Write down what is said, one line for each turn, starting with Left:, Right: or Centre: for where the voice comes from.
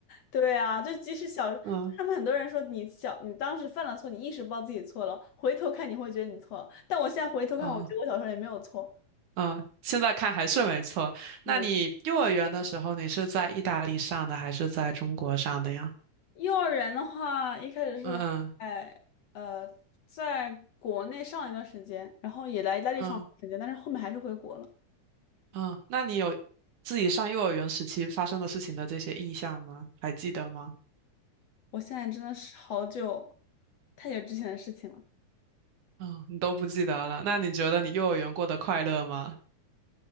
Left: 对啊，就即使小，
Right: 嗯
Left: 他们很多人说你小，你当时犯了错，你意识不到自己错了，回头看你会觉得你错了。但我现在回头看，
Right: 嗯
Left: 我觉得我小时候也没有错。
Right: 嗯，现在看还是没错。那你幼儿园的时候，
Left: 嗯，
Right: 你是在意大利上的还是在中国上的呀？
Left: 幼儿园的话，一开始是在呃，
Right: 嗯嗯
Left: 在国内上了一段时间，然后也来意大利上了一段时间，
Right: 嗯
Left: 但是后面还是回国了。
Right: 嗯，那你有自己上幼儿园时期发生的事情的这些印象吗？还记得吗？
Left: 我现在真的是好久，太久之前的事情了。
Right: 嗯，你都不记得了。那你觉得你幼儿园过得快乐吗？